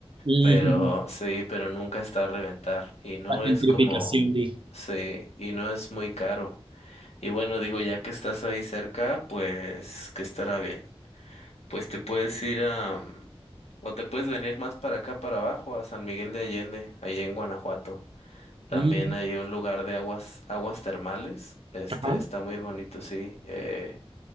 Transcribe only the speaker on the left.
pero sí, pero nunca está a reventar y no
es como,
sí, y no es muy caro. Y bueno, digo, ya que estás ahí cerca, pues que estará bien. Pues te puedes ir a, mm, o te puedes venir más para acá, para abajo, a San Miguel de Allende, ahí en Guanajuato. También
hay un lugar de aguas, aguas termales, este,
está muy bonito, sí. Eh,